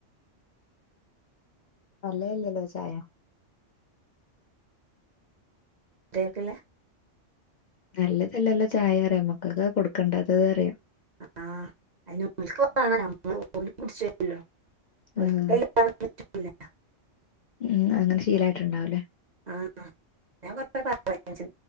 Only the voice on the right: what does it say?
ക്കേകല്ലാ
ആഹ് <unintelligible>
<unintelligible>
ആഹ് ആഹ് ഞാൻ